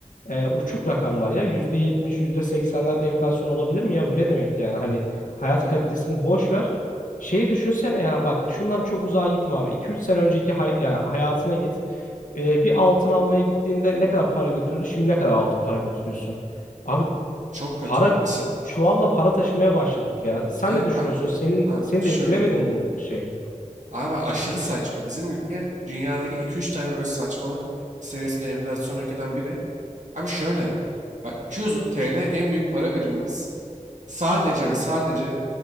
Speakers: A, on the left; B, on the right.
A: e, uçuk rakamlar ya. yüzde yetmiş, yüzde seksenlerde enflasyon olabilir mi ya? Bu ne demek yani? Hani hayat
B: Tabii.
A: kalitesini boş ver. Şeyi düşünsene ya bak şundan çok uzağa gitme abi. iki üç sene önceki hay- yani hayatına git. E, bir altın almaya gittiğinde ne kadar para götürdü? Şimdi ne kadar altın para götürüyorsun? Abi
B: Çok kötü
A: para
B: haklısın.
A: çuvalla para taşımaya başladık ya. Sen
B: Abi
A: ne düşünüyorsun?
B: ben
A: Senin
B: abi
A: seni
B: şöyle
A: de etkilemedi
B: diyeyim.
A: mi bu şey?
B: Abi aşırı saçma. Bizim ülke dünyadaki iki üç tane böyle saçmalık seviyesinde enflasyon ülkeden biri. Abi şöyle. Bak 200 TL en büyük para birimimiz. Sadece ve sadece